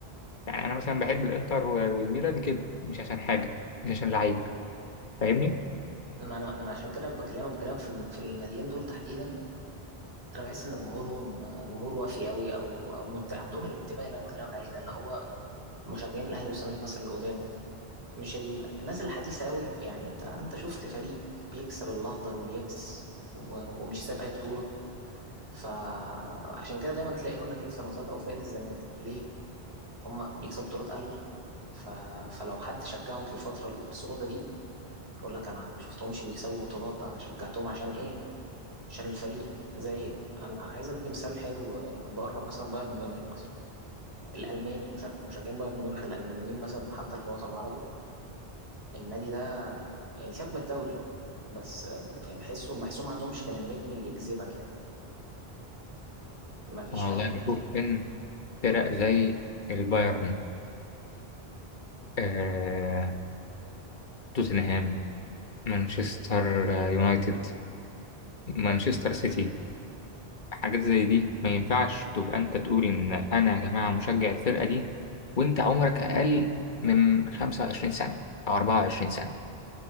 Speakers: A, on the left (about 50°); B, on the right (about 85°).
A: يعني انا مثلا بحب الانتر و- والميلان كده مش عشان حاجه مش عشان لعيب فاهمني
B: ما انا ما انا عشان كده بكلمك بكلام في الم- في الناديين دول تحديدا انا بحس ان جمهورهم آه، جمهور وافي قوي او او منت... عندهم الانتماء اللي انا بكلمك عليه ده اللي هو مشجعين الاهلي والزمالك مثلا القدام مش ال... الناس الحديثة أوي يعني أنت أنت شفت فريق بيكسب الأخضر واليابس و... ومش ساب أي بطولة فعشان كده دايما تلاقي يقول لك إيه سنظل أوفياء للزمالك ليه؟ هما بيكسبوا بطولات أقل ف... فلو حد شجعهم في الفترة السوداء دي يقول لك أنا شفتهمش بيكسبوا بطولات بقى أنا شجعتهم عشان إيه؟ عشان الفريق زي أنا عايز أدي مثال حلو بره مثلا بايرن ميونخ مثلا الألماني مشج... مشجعين بايرن ميونخ الألمانيين مثلا وحتى في الوطن العربي النادي ده يعني سيبك من الدوري بس آم، يعني بحسه بحسهم ما عندهمش كان النجم اللي يجذبك يعني ما فيش
A: والله
B: حاجة
A: بشوف ان فرق زي البايرن آه، توتنهام مانشستر يونايتد مانشستر سيتي حاجات زي دي ما ينفعش تبقى انت تقول ان انا يا جماعة مشجع الفرقة دي وانت عمرك اقل من 25 سنة او 24 سنة